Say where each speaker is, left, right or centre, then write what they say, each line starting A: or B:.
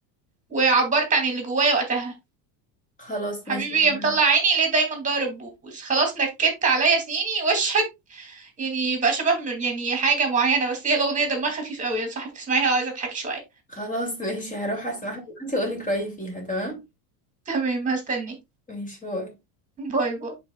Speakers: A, on the right (about 15°); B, on the left (about 15°).
A: وعبرت عن اللي جوايا وقتها
B: خلاص
A: حبيبي
B: ماشي انا
A: يا مطلع عيني ليه دايما ضارب بوز خلاص نكدت عليا سنيني وشك يعني بقى شبه م- يعني حاجة معينة بس هي الأغنية دمها خفيف قوي انصحك تسمعيها لو عايزة تضحكي شوية
B: خلاص ماشي هروح اسمعها دلوقتي اقولك رأيي فيها تمام
A: تمام هستني
B: ماشي باي
A: باي باي